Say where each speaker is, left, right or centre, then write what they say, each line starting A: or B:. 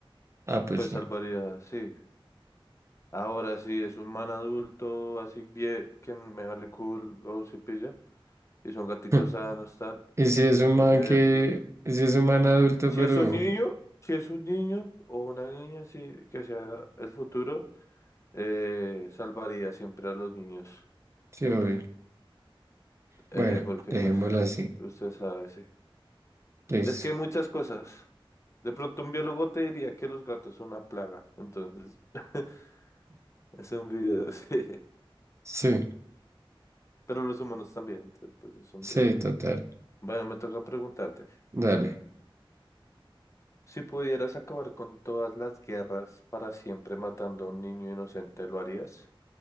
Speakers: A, on the right; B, on the left.
A: Ah, pues
B: pues
A: sí.
B: salvaría, sí. Ahora, sí es un man adulto, así bien, que me vale culo, si Y son gaticos
A: <laughs>
B: sanos, tal.
A: ¿Y si es un
B: Pues
A: man
B: yo diría,
A: que...
B: pues,
A: y si es un man adulto,
B: si
A: pero...
B: es un niño, si es un niño o una niña, sí, que sea el futuro, eh, salvaría siempre a los niños,
A: Sí,
B: siempre.
A: obvio.
B: Eh,
A: Bueno,
B: porque
A: dejémoslo
B: pues,
A: así.
B: usted sabe, sí.
A: Listo.
B: Es que hay muchas cosas. De pronto un biólogo te diría que los gatos son una plaga, entonces <laughs> es un video, <laughs> sí.
A: Sí,
B: Pero los humanos también, entonces pues es un
A: sí,
B: video.
A: total.
B: Bueno, me toca preguntarte.
A: Dale.
B: Si pudieras acabar con todas las guerras para siempre matando a un niño inocente, ¿lo harías?